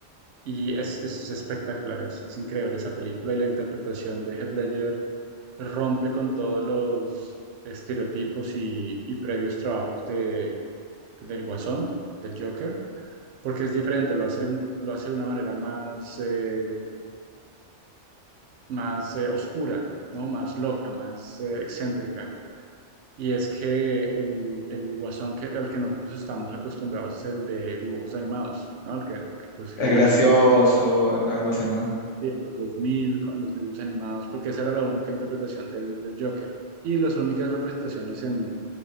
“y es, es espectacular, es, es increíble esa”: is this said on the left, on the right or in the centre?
Right